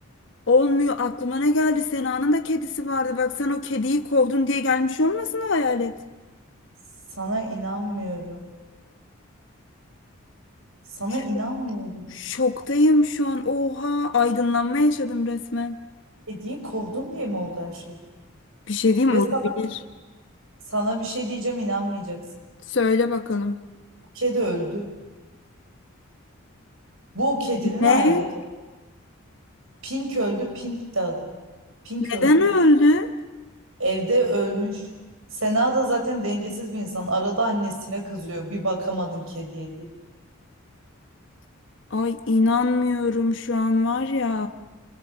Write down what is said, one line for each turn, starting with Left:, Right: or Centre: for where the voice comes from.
Left: olmuyor aklıma ne geldi Sena'nın da kedisi vardı bak sen o kediyi kovdun diye gelmiş olmasın o hayalet.
Right: Sana inanmıyorum. Sana
Left: Ş-
Right: inanmıyorum.
Left: Şoktayım şu an oha aydınlanma yaşadım resmen.
Right: Kediyi kovdum diye mi oldu her şey?
Left: Bir şey diyeyim
Right: Ve
Left: mi? olabilir.
Right: sana, sana bir şey diyeceğim inanmayacaksın.
Left: Söyle bakalım.
Right: Bu kedi öldü. Bu o kedinin
Left: Ne?
Right: hayaleti. Pink öldü. Pink de adı. Pink
Left: Neden
Right: öldü.
Left: öldü?
Right: Evde ölmüş. Sena da zaten dengesiz bir insan. Arada annesine kızıyor. Bir bakamadın kediye diye.
Left: Ay inanmıyorum şu an var ya.